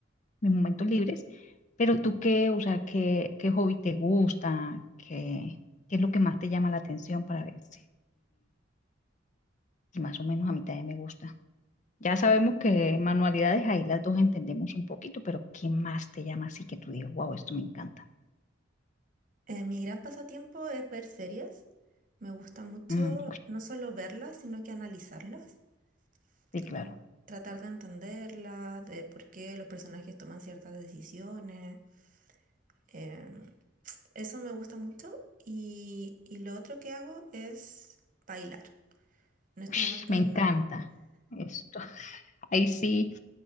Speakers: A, on the left; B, on the right.
A: mis momentos libres. Pero tú qué, o sea, qué, qué hobby te gusta, qué, qué es lo que más te llama la atención para ver si, Más o menos a mitad de me gusta. Ya sabemos que manualidades ahí las dos entendemos un poquito, pero ¿qué más te llama así que tú digas, wow, esto me encanta?
B: Eh, mi gran pasatiempo es ver series. Me gusta mucho
A: Mm,
B: no solo verlas, sino que analizarlas,
A: sí,
B: como
A: claro.
B: tratar de entenderlas, de por qué los personajes toman ciertas decisiones. Em, eso me gusta mucho. Y, y lo otro que hago es bailar. En estos
A: Ush,
B: momentos
A: me encanta.
B: no,
A: Esto, <laughs> ahí sí,